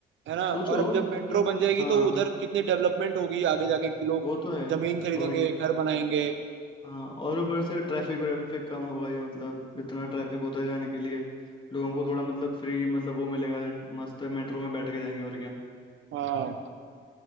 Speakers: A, on the right; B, on the left.
A: है ना
B: सोचो
A: और अब जब
B: मतलब
A: मेट्रो बन जाएगी
B: हाँ
A: तो उधर कितनी डेवलपमेंट होगी आगे जाके कि लोग
B: वो तो है
A: जमीन खरीदेंगे
B: और क्या
A: घर बनाएंगे
B: हाँ और ऊपर से ट्रैफिक व्रैफिक कम होगा ये मतलब इतना ट्रैफिक होता है जाने के लिए लोगों को थोड़ा मतलब फ्री मतलब वो मिलेगा मस्त है मेट्रो में बैठ के जाएंगे और क्या
A: हाँ